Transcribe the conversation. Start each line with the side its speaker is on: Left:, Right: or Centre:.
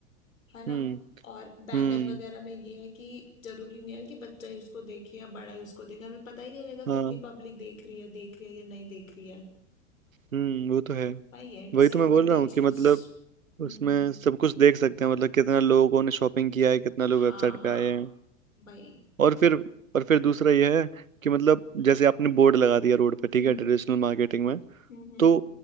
Left: है ना
Right: हम्म
Left: और बैनर
Right: हम्म
Left: वगैरह में ये है कि जरूरी नहीं है कि बच्चा ही उसको देखे या बड़ा ही उसको देखे हमें पता ही नहीं लगेगा
Right: हाँ
Left: कितनी पब्लिक देख रही है देख रही है या नहीं देख रही है
Right: हम्म वो तो है
Left: वही है डिसएडवांटेजेस
Right: वही तो मैं बोल रहा हूँ कि मतलब
Left: हम्म
Right: उसमें सब कुछ देख सकते हैं मतलब कितना लोगों ने शॉपिंग किया है कितना लोग
Left: हाँ
Right: वेबसाइट
Left: हाँ
Right: पे आए हैं
Left: भाई
Right: और फिर और फिर दूसरा यह है कि मतलब जैसे आपने बोर्ड लगा दिया रोड पे ठीक
Left: हम्म
Right: है ट्रेडिशनल मार्केटिंग में
Left: हम्म हम्म,
Right: तो